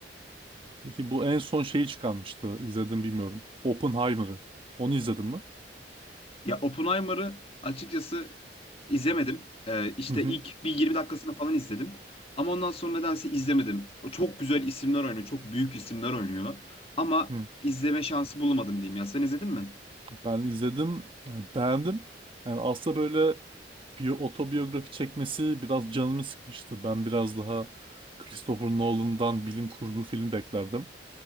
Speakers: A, on the right; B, on the left.
A: Peki bu en son şeyi çıkarmıştı izledim bilmiyorum. Oppenheimer'ı. Onu izledin mi?
B: Ya Oppenheimer'ı açıkçası izlemedim. Ee, işte
A: Hı hı.
B: ilk bir 20 dakikasını falan izledim. Ama ondan sonra nedense izlemedim. O çok güzel isimler oynuyor, çok büyük isimler oynuyor. Ama
A: Hı.
B: izleme şansı bulamadım diyeyim ya. Sen izledin mi?
A: Ben izledim. Yani beğendim. Yani aslında böyle bir otobiyografi çekmesi biraz canımı sıkmıştı. Ben biraz daha Christopher Nolan'dan bilim kurgu film beklerdim.